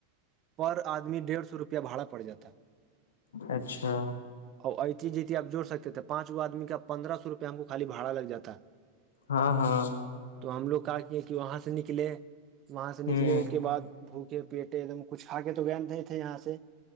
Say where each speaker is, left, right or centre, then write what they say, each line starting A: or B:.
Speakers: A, on the right; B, on the left.
A: پر آدمی ڈیڑھ سو روپیہ بھڑا پڑ جاتا ہے
B: اچھا
A: اور ایتی جیتیپ جوڑ سکتے تھے پانچ وہ آدمی کا پندرہ سوپے ہم کو خالی باڑا لگ جاتا
B: ہاں ہاں
A: تو ہم لوگ کہ کیے کہ وہاں سے نکلے وہاں سے نکلے
B: ہوں
A: کے بعد بھوکے پیٹے ایک دم کچھ کھا کے تو گد نہیں تھے یہاں سے